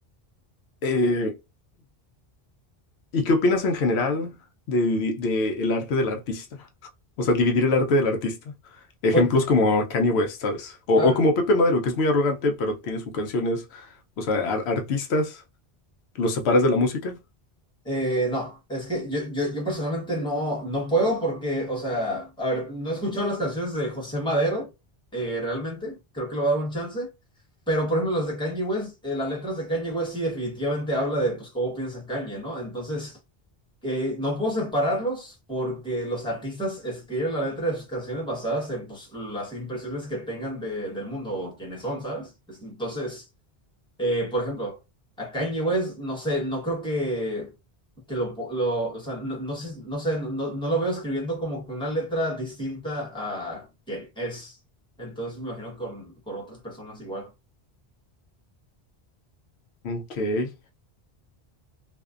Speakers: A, on the left; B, in the centre.
A: Eh, ¿Y qué opinas en general de, divi- de el arte del artista? O sea, dividir el arte del artista. Ejemplos
B: Pues,
A: como Kanye West, ¿sabes? O,
B: a
A: o
B: ver,
A: como Pepe Madero, que es muy arrogante, pero tiene sus canciones. O sea, ar- artistas, los separas de la música.
B: eh, no, es que yo, yo, yo personalmente no, no puedo porque, o sea, a ver, no he escuchado las canciones de José Madero, eh, realmente, creo que le voy a dar un chance, pero por ejemplo las de Kanye West, eh, las letras de Kanye West sí definitivamente habla de, pues, cómo piensa Kanye, ¿no? Entonces, Eh, no puedo separarlos porque los artistas escriben la letra de sus canciones basadas en pues, las impresiones que tengan de- del mundo o quienes son, ¿sabes? Es- Entonces, eh, por ejemplo, a Kanye West, no sé, no creo que, que lo, po- lo- o sea, no, no sé, no sé, no, no lo veo escribiendo como que una letra distinta a quien es. Entonces, me imagino con, con otras personas igual.
A: Ok,